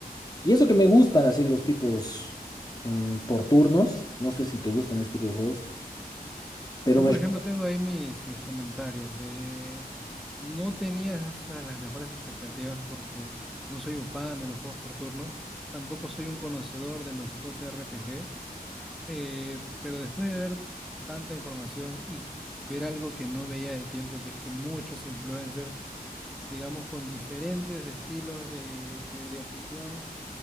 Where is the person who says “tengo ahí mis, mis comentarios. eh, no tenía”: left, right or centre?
Centre